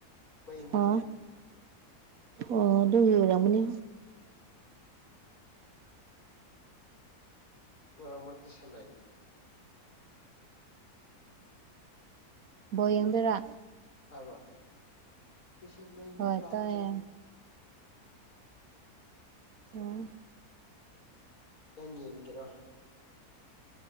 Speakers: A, on the left; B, on the right.
A: ꯃꯩ ꯃꯨꯠꯄꯒꯤ
B: ꯑꯣ ꯑꯣ ꯑꯗꯨꯒꯤ ꯑꯣꯏꯔ ꯃꯅꯤ
A: ꯎꯝ ꯃꯔ ꯃꯔꯛꯇꯁꯅꯥꯏ
B: ꯕꯣꯜ ꯌꯦꯡꯗꯣꯏꯔꯥ
A: ꯇꯥꯔꯣ ꯁꯤꯁꯤ ꯃꯩꯃꯨꯛ
B: ꯍꯣꯏ
A: ꯂꯥꯛꯇ꯭ꯔꯤ
B: ꯇꯥꯏꯌꯦ ꯑꯣ
A: ꯅꯪ ꯌꯦꯡꯒꯦꯔꯣ